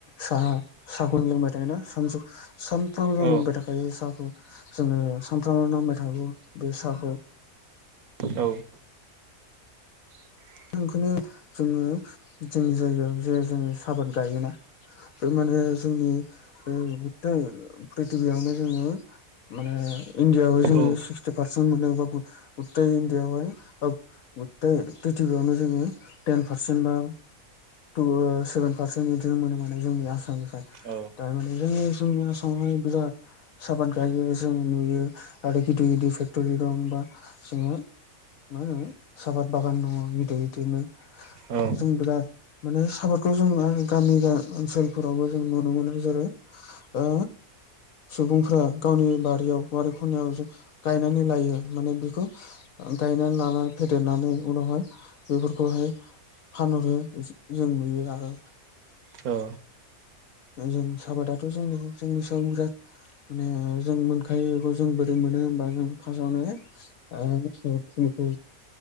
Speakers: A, on the left; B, on the right.
A: साहा साहाखौ लोंबाय थायोना सान सानफ्रामबो जों
B: औ
A: लोंबाय थाखायो साहाखौ जोंङो सानफ्रामबो नांबाय थागौ बे साहाखौ
B: औ <inaudible>
A: बेखौनो जोंङो जोंनि जायगायाव जे जोंङो साफाद गायोना बे माने जोंनि गथाय प्रिथ्बियावनो जोंङो माने इण्डियाआव जोंङो
B: औ
A: सिस्ते फारसेनट मोनो गथाय इन्दियायाव हाय ओ गुथाय प्रिथ्बियावनो जोङो टेन पारसेन्ट बा टु सेभेन पारसेन्ट बिदिनो मोनो जोंनि आसामनिफ्राय
B: औ
A: थारमाने जों जोंनि आसामावनो बिराद साफाद गायो जों नुयो आरो गिदिर गिदिर फेक्टरि दं बा जोङो मा होनो साफाद बागान दंङो गिदिर गिदिरनो
B: औ
A: जों बिराद माने सापाटखौ जों आरो गामि ओनसोलफोरावबो जों नुनो मोनो जेरै ओ सुबुंफ्रा गावनि बारियाव बारि खनायाव जों गायनानै लायो माने बेखौ गायनानै लानानै फेदेरनानै उनावहाय बेफोरखौहाय फानहरो जों नुयो आरो
B: औ
A: जों सााबाादाथ जोंनि जोंनि सायाव बिराद माने जों मोनखायो इखौ जों बोरै मोनो होमबा जों फार्स्टआवनो फुलखौ